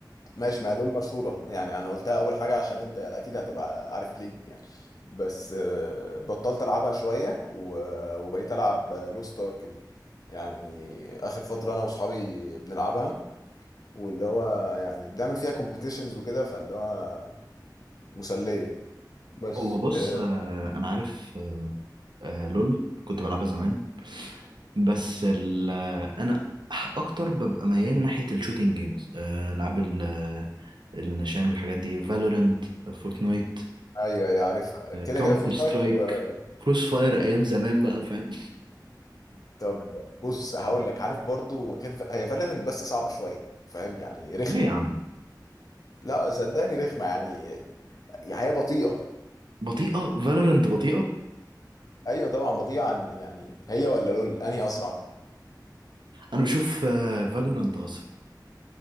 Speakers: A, on the left; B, on the right.
A: ماشي ما هي لول مشهورة يعني أنا قلتها أول حاجة عشان أنت أكيد هتبقى عارف ليج يعني بس آه، بطلت ألعبها شوية و- وبقيت ألعب لو ستارك دي يعني آخر فترة أنا وأصحابي بنلعبها واللي هو يعني بنعمل فيها كومبيتيشنز وكده فاللي هو مسلية بس
B: هو بص
A: آه،
B: آه، انا عارف آه، آه، لول كنت بلعبها زمان بس ال انا اكتر ببقى ميال ناحيه الشوتينج جيمز العاب ال- آه، النشان والحاجات دي فالورنت فورتنايت
A: أيوه أيوه عارفها كده
B: كاونتر
A: كده فورتنايت
B: سترايك
A: و-
B: كروس فاير ايام زمان بقى فاهم
A: طب بص هقول لك عارف برضو غير هي فالورنت بس صعبة شوية فاهم يعني رخمة
B: ليه يا عم
A: لا صدقني رخمة يعني يعني هي بطيئة
B: بطيئه فالورنت بطيئه
A: ايوه طبعا بطيئه عن يعني هي ولا لول انهي اسرع
B: انا بشوف فالورنت اسرع